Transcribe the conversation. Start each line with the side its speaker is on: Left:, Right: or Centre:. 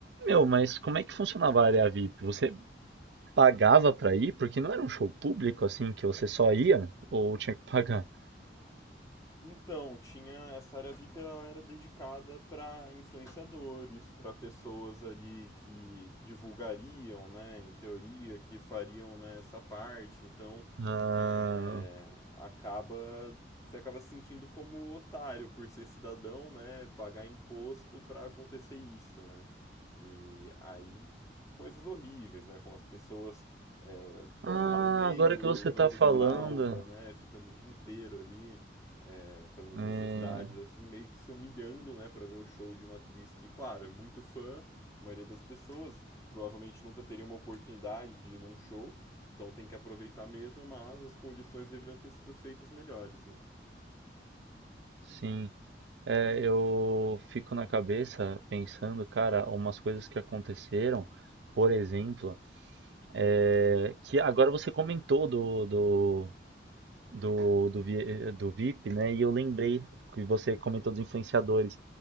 Right: Meu, mas como é que funcionava a área VIP? Você pagava pra ir? Porque não era um show público assim que você só ia ou tinha que pagar?
Left: Então, tinha essa área VIP, ela era dedicada para influenciadores, para pessoas ali que divulgariam, né, em teoria, que fariam né, essa parte. Então,
Right: Ah,
Left: é, acaba você acaba se sentindo como otário por ser cidadão, né, pagar imposto para acontecer isso, né? E aí coisas horríveis, né, como as pessoas é,
Right: ah,
Left: lá no meio
Right: agora que você
Left: usando
Right: tá falando,
Left: fralda, né, ficando o dia inteiro ali é, fazendo as
Right: é,
Left: necessidades, assim, meio que se humilhando, né, para ver o show de uma atriz que, claro, é muito fã, a maioria das pessoas provavelmente nunca teria uma oportunidade de ir num show, então tem que aproveitar mesmo, mas as condições deveriam ter sido feitas melhores, né?
Right: sim, É, eu fico na cabeça pensando, cara, umas coisas que aconteceram, por exemplo, é, que agora você comentou do do do, do, Vi- eh, do VIP, né? E eu lembrei que você comentou dos influenciadores.